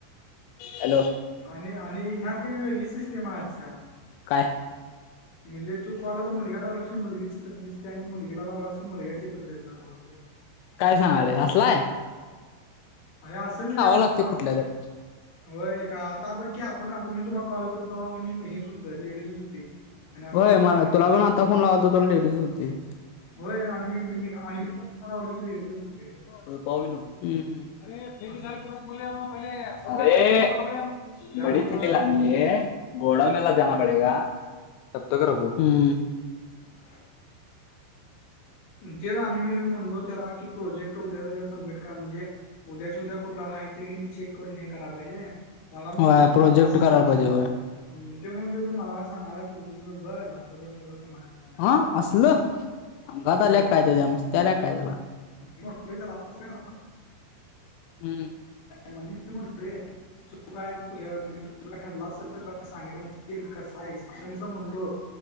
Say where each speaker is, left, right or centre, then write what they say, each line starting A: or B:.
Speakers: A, on the left (about 85°); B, on the left (about 60°).
A: हॅलो
B: आणि आणि ह्यात की नाही वेगळी सिस्टीम आहे हर्षा.
A: काय?
B: म्हणजे तू कॉला आता मुलग्याला लावलास की मुलगीच चित्र दिसतय, आणि मुलगीला लावलास की मुलग्याचे चित्र दिसणार बहुतेक.
A: काय सांगालायस असलाय
B: ह्या असल रे आता
A: लागतय
B: कोण आप
A: कुठल्या तर
B: होय का आता बघ की आपण आपण मी तुला कॉल केलतो हेच हुत लेडीजच होती. आणि आता
A: व्हय,
B: पण लेडीजच
A: तुला पण
B: आहे
A: आता फोन लावालतो तर लेडीजच होती.
B: होय आणि मी मी मी आणि मी पण लावलोय की लेडीजच होती.
A: अ पाव <unintelligible> अरे <inaudible> पहिले,
B: असं
A: ए
B: त्यानुसार
A: बडे ची कल
B: होते
A: आणले, घोडा मेला जाना पडेगा. तबतक रखो, हं
B: <unintelligible> तेच आणि मी म्हणलो त्याला की प्रोजेक्ट उद्या जास्त सबमिट करा म्हणजे उद्याचे उद्या कुठला आहे ते की नयी चेक करून हे कराय पाहिजे. मला म्हणतोय,
A: होय
B: मग तु
A: प्रोजेक्ट
B: मला काय सांगालाय?
A: करायला पाहिजे होय.
B: त्यो म्हणतोय तू मला का सांगालाय, तुझ तुझ बघ अस तसं तस म्हणायला
A: अ असल, अंगात
B: होय
A: आल्या काय त्याच्या, मस्ती आल्या काय त्याला.
B: मी म्हंटलो की त्याला, अस काय
A: हम्म
B: म्हणायलायस म्हंटल <inaudible> तू काय य म्हणजे तुझ काय ठरल असल, तु काय सांगितलं नसशील, कसा हाईस अस नुसता म्हणलो